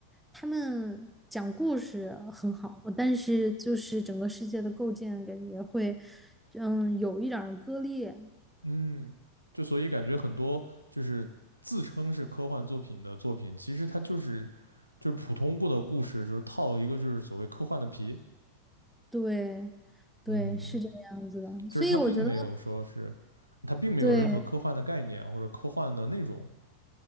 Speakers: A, in the centre; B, on the right.
A: 他们讲故事很好，但是就是整个世界的构建感觉会，嗯，有一点儿割裂。
B: 嗯，就所以感觉很多就是自称是科幻作品的作品，其实它就是就是普通过的故事，就是套一个就是所谓科幻的皮，
A: 对，对，
B: 嗯。
A: 是这个样子的，
B: 就是它并没有说是它并没有任何科幻的概念或者科幻的内容。
A: 所以我觉得对。